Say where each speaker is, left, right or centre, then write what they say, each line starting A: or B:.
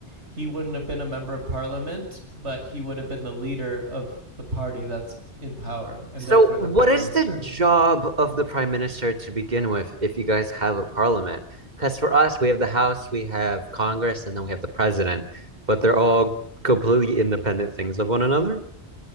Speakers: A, on the right (about 85°); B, on the right (about 40°).
A: he wouldn't have been a member of parliament, but he would have been the leader of the party that's in power and
B: So
A: therefore the
B: what
A: prime
B: is
A: minister.
B: the job of the prime minister to begin with if you guys have a parliament? Because for us, we have the House, we have Congress, and then we have the president, but they're all completely independent things of one another.